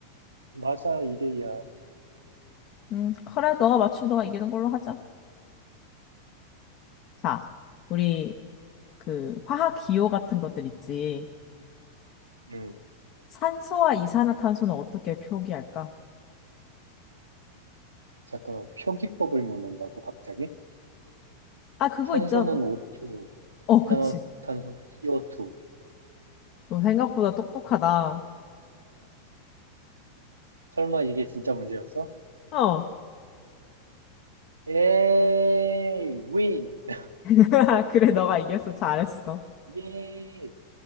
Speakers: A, on the right; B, on the left.
A: 맞아, 2대 2야.
B: 응. 그래, 너가 맞추면 너가 이기는 걸로 하자. 자, 우리 그 화학 기호 같은 것들 있지.
A: 음,
B: 산소와 이산화탄소는 어떻게 표기할까?
A: 잠깐만. 표기법을 묻는다고, 갑자기?
B: 아, 그거
A: 산소는
B: 있잖아.
A: O2,
B: 어,
A: 이산화탄소는
B: 그치.
A: CO2.
B: 너 생각보다 똑똑하다.
A: 설마 이게 진짜 문제였어?
B: 어.
A: 에이, 윈! <laughs>
B: <laughs> 그래, 너가 이겼어. 잘했어.
A: 예!